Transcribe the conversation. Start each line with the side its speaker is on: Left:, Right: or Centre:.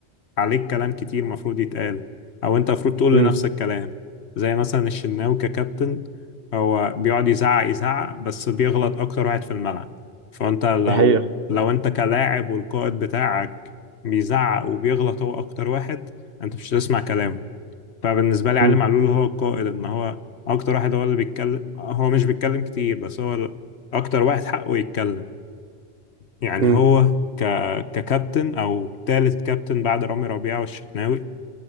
Left: عليك كلام كتير مفروض يتقال أو انت مفروض تقول
Right: امم
Left: لنفسك كلام زي مثلا الشناوي ككابتن هو بيقعد يزعق يزعق بس بيغلط أكتر واحد في الملعب فانت لو
Right: دي حقيقة
Left: لو انت كلاعب والقائد بتاعك بيزعق وبيغلط هو اكتر واحد انت مش هتسمع كلامه فبالنسبه لي
Right: امم
Left: علي معلول هو القائد ان هو اكتر واحد هو اللي بيتكلم هو مش بيتكلم كتير بس هو اكتر واحد حقه يتكلم يعني
Right: امم
Left: هو ك... ككابتن او تالت كابتن بعد رامي ربيعه والشناوي